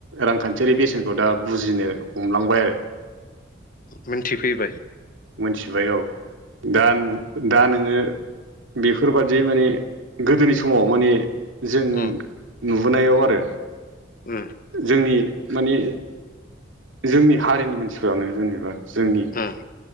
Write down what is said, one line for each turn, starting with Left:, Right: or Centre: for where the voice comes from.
Right: रांखान्थियारि बेसेनखौ दा बुजिनो हमलांबाय आरो।
Left: मिनथिफैबाय।
Right: मिथिबाय औ दा दा नोङो बेफोर बादि माने गोदोनि समाव माने जों
Left: उम
Right: नुबोनायाव आरो।
Left: उम।
Right: जोंनि माने जोंनि हारिनि मानसिफ्रानो जेनेबा जोंनि
Left: उम